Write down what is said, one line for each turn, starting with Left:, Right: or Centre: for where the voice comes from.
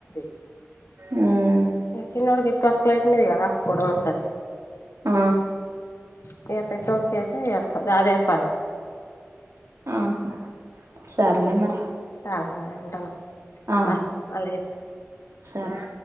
Left: సుఅ
Right: హ్మ్మ్
Left: చిన్నోడుకి ఎక్కువ అస్లు అట్ందిది కాస్సుకోవ ఉంటది
Right: ఆ
Left: ప దొడతేతే దాదే పడే
Right: ఆహా సరలే మరి
Left: సరే మరి ఉంటా మరి
Right: ఆ
Left: బాయ్ మళ్ళీ చేత్తా
Right: సరే